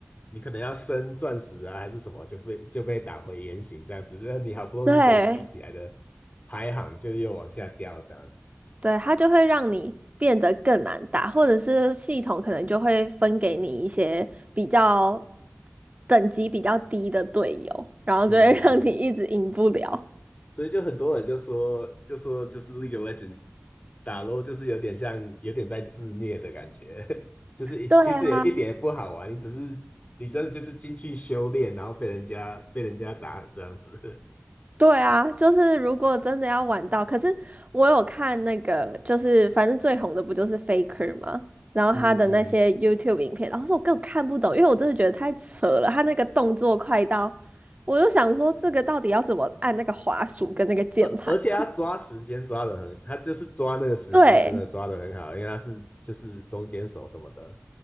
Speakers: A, on the left; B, on the right.
A: 你可能要升钻石啊还是什么，就是被就被打回原形这样子，那你好不容易累积起来的排行就又往下掉这样子。
B: 对对，他就会让你变得更难打，或者是系统可能就会分给你一些比较等级比较低的队友，然后就会
A: 嗯，
B: <laughs> 让你一直赢不了。
A: 所以就很多人就说，就说就是 League of Legends 打 LoL 就是有点像，有点在自虐的感觉，<laughs> 就是一其实也一点也不好玩，
B: 对啊，
A: 你只是你真的就是进去修炼，然后被人家被人家打这样子，<laughs>
B: 对啊，就是如果真的要玩到，可是我有看那个，就是反正最红的不就是 Faker 吗？然后他的那些
A: 嗯嗯，
B: YouTube 影片，然后说我根本看不懂，因为我真的觉得太扯了，他那个动作快到，我就想说这个到底要怎么按那个滑鼠跟那个键盘呢、
A: 而而且他抓时间抓的很，他就是抓那个时机真的抓的很好，
B: <laughs> 对，
A: 因为他是就是中间手什么的，